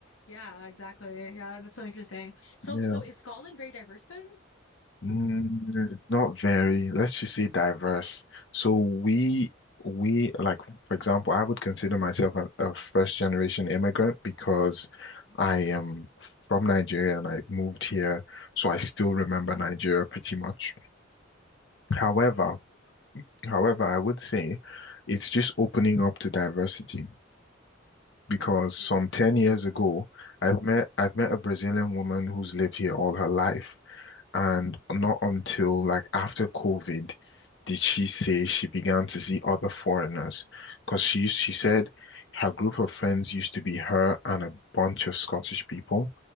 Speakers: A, on the left; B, on the left.
A: Yeah, exactly. Yeah, that's so interesting. So
B: Yeah,
A: so is Scotland very diverse then?
B: mm, not very. Let's just say diverse. So we we like, for example, I would consider myself a, a first generation immigrant because
A: Mhm.
B: I am from Nigeria and I moved here, so I still remember
A: Yeah.
B: Nigeria pretty much. However,
A: Yeah, for sure.
B: However, I would say it's just opening up to diversity because some
A: Mm,
B: 10 years ago, I've met I've met a Brazilian woman who's lived here all her life. And not until like after COVID did she say she began to see other foreigners. Because she she said her group of friends used to be her and a bunch of Scottish people,